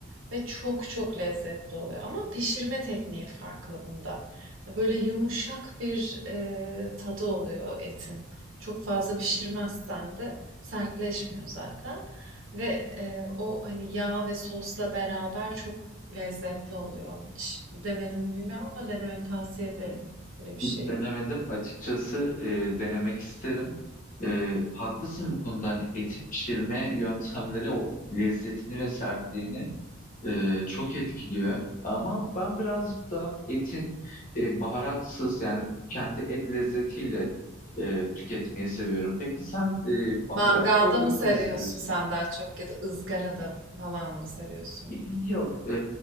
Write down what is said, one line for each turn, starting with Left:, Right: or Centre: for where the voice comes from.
Right: Ve çok çok lezzetli oluyor ama pişirme tekniği farklı bunda. Böyle yumuşak bir, eee, tadı oluyor etin. Çok fazla pişirmezsen de sertleşmiyor zaten ve, eee, o, hani, yağ ve sosla beraber çok lezzetli oluyor. Hiç denedin mi bilmiyorum ama denemeni tavsiye ederim böyle bir
Left: Hiç
Right: şeyi.
Left: Denemedim. Açıkçası e, denemek isterim. E, haklısın bu konuda. Hani eti pişirme yöntemleri o lezzetini ve sertliğini e, çok etkiliyor. Ama ben birazcık da etin e, baharatsız yani kendi et lezzetiyle e, tüketmeyi seviyorum. Peki sen e, baharat
Right: Mangalda
Left: ağırlıklı
Right: mı seviyorsun
Left: mı seviyorsun?
Right: sen daha çok ya da ızgarada falan mı seviyorsun?
Left: Yok. e,